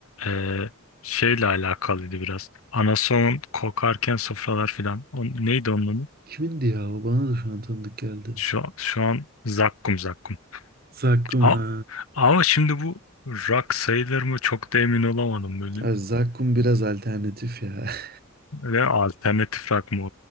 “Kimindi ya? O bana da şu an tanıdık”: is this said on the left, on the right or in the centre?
Right